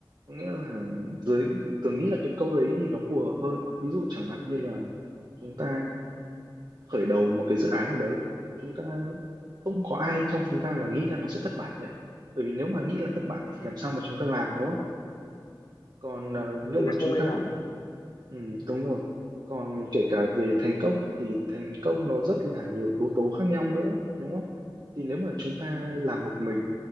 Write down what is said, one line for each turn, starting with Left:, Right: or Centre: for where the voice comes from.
Right: có nghĩa là dưới Tường nghĩ là cái câu đấy thì nó phù hợp hơn ví dụ chẳng hạn như là chúng ta khởi đầu một cái dự án nào đấy chúng ta không có ai trong chúng ta là nghĩ là nó sẽ thất bại cả bởi vì nếu mà nghĩ là thất bại thì làm sao mà chúng ta làm đúng không còn ờ,
Left: ấy.
Right: nếu
Left: thì
Right: mà
Left: nó
Right: chúng
Left: không ai
Right: ta
Left: làm ấy.
Right: ừ, đúng rồi còn kể cả về thành công thì thành công nó rất là nhiều yếu tố khác nhau nữa đúng không thì nếu mà chúng ta làm một mình